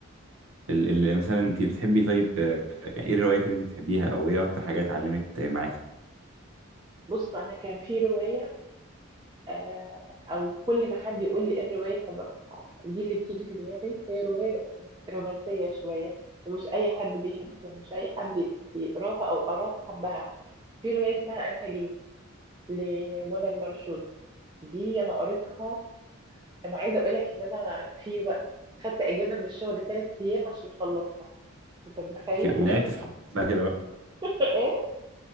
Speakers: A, on the right; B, on the right.
A: ال
B: مم.
A: ال يعني مثلا انت بتحبي طيب آه، ايه الروايات اللي انت بتحبيها او ايه اكتر حاجات علمت آه، معاكي
B: بص انا كان في روايه آه، او كل ما حد يقول لي ايه الروايه فببقى دي اللي بتيجي في دماغي هي روايه رومانسيه شويه ومش اي حد بيحب يعني مش اي حد يقراها او قراها حبها في روايه اسمها انت ليه لمنى المرشود دي انا قريتها انا عايزه اقول لك ان انا في وقت خدت اجازه من الشغل ثلاث ايام عشان اخلصها انت متخيل
A: انت وقعتي في حب بقى كده بقى
B: <laughs> ايه